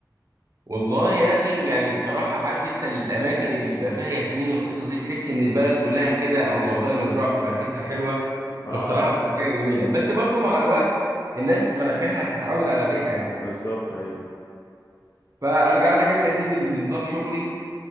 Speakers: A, on the right; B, on the left.
A: والله يا اخي يعني بصراحه عارف انت الاماكن اللي بيبقى فيها ياسمين والقصص دي تحس ان البلد كلها كده او المنطقه المزروعه بتبقى ريحتها حلوه
B: اه
A: فبصراحه بتبقى حاجه جميله بس برضو مع الوقت الناس مناخيرها بتتعود على الريحه يعني
B: بالظبط ايوه
A: فارجع لك انا يا سيدي لنظام شغلي